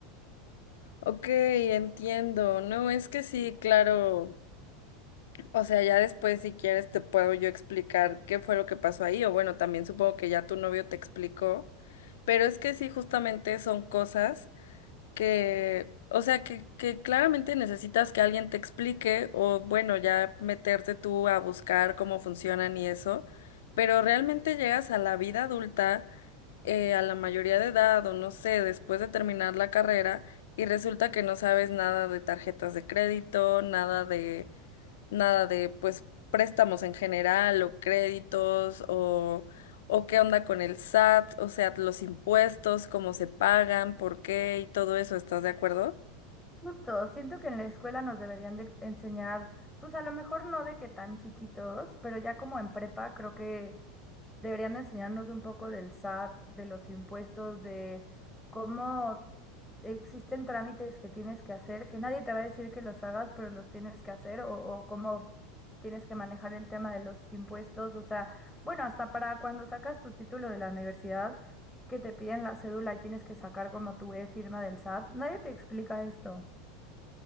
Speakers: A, on the left (about 85°); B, in the centre.
A: Ok, entiendo. No, es que sí, claro. O sea, ya después si quieres te puedo yo explicar qué fue lo que pasó ahí o bueno, también supongo que ya tu novio te explicó, pero es que sí, justamente son cosas. que, o sea, que, que claramente necesitas que alguien te explique o bueno, ya meterte tú a buscar cómo funcionan y eso, pero realmente llegas a la vida adulta, eh, a la mayoría de edad o no sé, después de terminar la carrera y resulta que no sabes nada de tarjetas de crédito, nada de nada de pues préstamos en general o créditos o, o qué onda con el SAT, o sea, los impuestos, cómo se pagan, por qué y todo eso, ¿estás de acuerdo?
B: Justo, siento que en la escuela nos deberían de enseñar, pues a lo mejor no de que tan chiquitos, pero ya como en prepa creo que deberían de enseñarnos un poco del SAT, de los impuestos, de cómo existen trámites que tienes que hacer, que nadie te va a decir que los hagas, pero los tienes que hacer, o, o cómo tienes que manejar el tema de los impuestos, o sea, bueno, hasta para cuando sacas tu título de la universidad, que te piden la cédula y tienes que sacar como tu e-firma del SAT, nadie te explica esto.